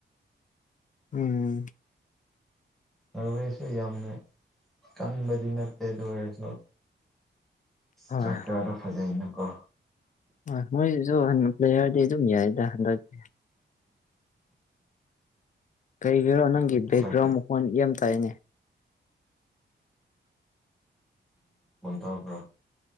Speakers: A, on the left; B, in the centre.
A: ꯎꯝ
B: ꯃꯔꯣꯏꯁꯨ ꯌꯥꯝꯃꯦ ꯀꯟꯕꯗꯤ ꯅꯠꯇꯦꯗ ꯑꯣꯏꯔꯁꯨ
A: ꯍꯣꯏ
B: ꯇ꯭ꯔꯥꯏꯀꯔꯗꯣ ꯐꯖꯩꯅꯀꯣ
A: ꯍꯣꯏ ꯃꯣꯏꯁꯤꯁꯨ ꯄ꯭ꯂꯦꯌꯔꯗꯤ ꯑꯗꯨꯝ ꯌꯥꯏꯗ ꯍꯟꯗꯛꯦ ꯀꯔꯤꯒꯤꯔꯣ ꯅꯪꯒꯤ
B: ꯁꯇ꯭ꯔꯥꯏꯀꯔ
A: ꯕꯦꯛꯒ꯭ꯔꯥꯎꯟ ꯃꯈꯣꯟ ꯏꯦꯝ ꯇꯥꯏꯅꯦ
B: ꯇꯕ꯭ꯔ